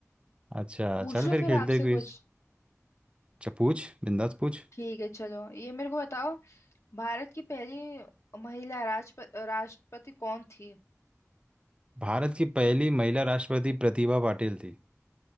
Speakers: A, on the right (about 20°); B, on the left (about 60°).
A: अच्छा
B: पूछ
A: चल
B: लो
A: फिर
B: फिर
A: खेलते
B: आपसे
A: हैं क्विज
B: कुछ
A: अच्छा पूछ बिंदास पूछ
B: ठीक है चलो ये मेरे को बताओ भारत की पहली महिला राष्ट्रप राष्ट्रपति कौन थी
A: भारत की पहली महिला राष्ट्रपति प्रतिभा पाटिल थी